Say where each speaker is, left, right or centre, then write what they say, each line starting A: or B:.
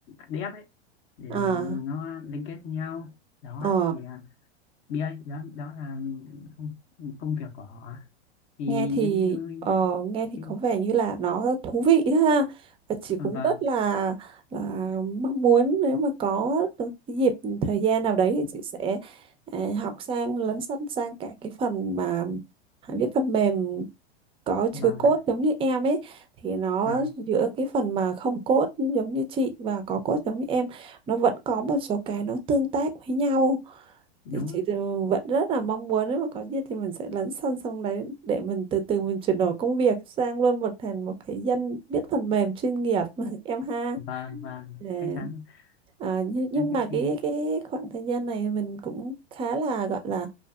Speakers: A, on the left (about 40°); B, on the right (about 15°).
A: dev ấy để
B: à
A: mà nó liên kết với nhau đó
B: ờ
A: thì ờ, Bia ấy, đó đó là công công việc của họ thì
B: nghe thì
A: nếu như
B: ờ, nghe thì
A: trên
B: có vẻ như là nó thú vị đấy ha và chị cũng
A: vâng
B: rất là là mong muốn nếu mà có được cái dịp thời gian nào đấy thì chị sẽ à, học sang lấn sân sang cả cái phần mà hãy viết phần mềm có chứa
A: vâng
B: code
A: ạ,
B: giống như em ấy thì nó
A: vâng
B: giữa cái phần mà không code giống như chị và có code giống như em nó vẫn có một số cái nó tương tác với nhau
A: đúng
B: thì chị
A: ạ.
B: thì vẫn rất là mong muốn nếu mà có gì thì mình sẽ lấn sân sông đấy để mình từ từ mình chuyển đổi công việc sang luôn một thành một cái dân biết phần mềm chuyên nghiệp <laughs> em ha
A: vâng vâng
B: Để-
A: chắc chắn
B: à, nhưng, nhưng
A: là thế
B: mà
A: thì
B: cái cái khoảng thời gian này mình cũng khá là gọi là